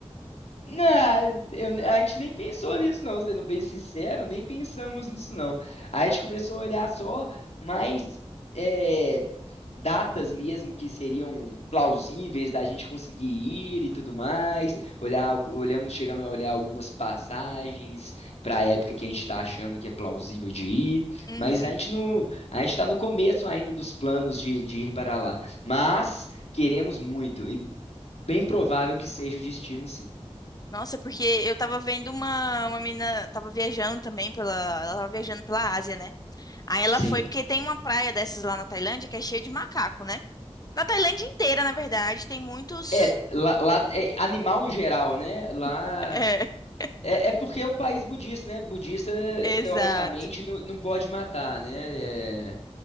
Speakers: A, on the left; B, on the left.
A: Não, eu- a gente nem pensou nisso, não, sendo bem sincero, nem pensamos nisso, não. A gente começou a olhar só mais é, datas mesmo que seriam plausíveis da gente conseguir ir e tudo mais. Olhar, al- olhamos, chegamos a olhar algumas passagens para a época que a gente está achando que é plausível de ir,
B: Uhum.
A: mas a gente não, a gente está no começo ainda dos planos de, de ir para lá. Mas queremos muito e bem provável que seja o destino, sim.
B: Nossa, porque eu tava vendo uma, uma menina, tava viajando também pela, ela tava viajando pela Ásia, né? Aí ela
A: Sim.
B: foi porque tem uma praia dessas lá na Tailândia que é cheia de macaco, né? Na Tailândia inteira, na verdade, tem muitos.
A: É, lá, lá- é, animal em geral, né? Lá.
B: <laughs>
A: É, é porque é um país budista, né? Budista,
B: É, exato.
A: teoricamente, não, não pode matar, né? É,